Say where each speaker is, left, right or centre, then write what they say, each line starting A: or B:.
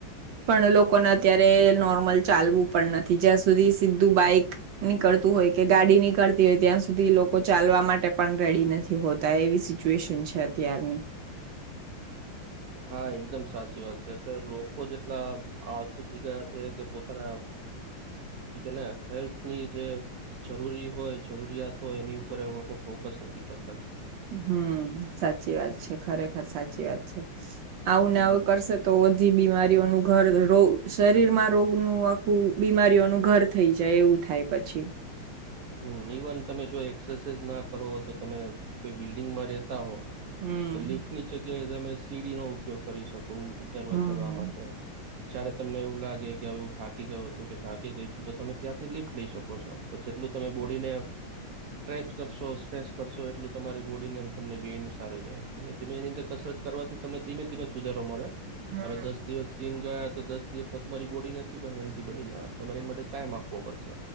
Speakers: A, on the right (about 70°); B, on the right (about 85°).
A: પણ લોકોને અત્યારે નોર્મલ ચાલવું પણ નથી. જ્યાં સુધી સીધું બાઈક નીકળતું હોય કે ગાડી નીકળતી હોય ત્યાં સુધી લોકો ચાલવા માટે પણ રેડી નથી હોતા એવી સિચ્યુએશન છે અત્યારની.
B: ઓ ખાય <unintelligible> દમ સાચી વાત છે અત્યારે લો કો જેટલા આળસુ થઈ ગયા છે કે પોતાના બીજાને હેલ્થની જે જરૂરી હોય જરૂરિયાત હોય એની ઉપર એ <unintelligible> લોકો ફોકસ નથી કર
A: હમ્મ સાચી વાત છે. ખરેખર સા ચી વાત છે. આવુંને
B: હમ
A: આવ કરશે તો અધી <unintelligible> બીમારી બીવાનુ <unintelligible> ઘર રોગ શરીર માં રોગનું આખું બીમારીઓનું ઘર થઈ જાય એવું થાય પછી
B: હમ્મ ઈવન તમે જો એક્સરસાઇઝ ના કરો તો તમે કોઈ બિલ્ડિંગ માં રે તા હો
A: હમ.
B: તો લિફ્ટ નીચે કે કે તમે સીડી નો ઉપયોગ કરી શક બહુ ઉતરવા
A: હમ.
B: ચડવા માટે જય્યારે તમને એવું લાગ કે કે હવે હું થાકી ગયો છો કે થાકી ગઈ છું તો તમે ત્યાંથી લિફ લઈ શકો છો જેટલું તમે બોડીને સ્ટ્રેચ કરશો સ્ટ્રેસ કરશો એટલું તમારી બોડી તમને બે એની સારું રહેી ધીમે એની અંદર કસરત કરવાથી તમને ધીમે ધીમે સુધારો મળે.
A: હમ.
B: તમે દસ દિવસ જિ ગયા તો દસ દિવસમાં તમારી બોડી નથી પણ હેલ્ધી બની જવા અને તમારે એ માટે ટાઈમ આપવો પડશે.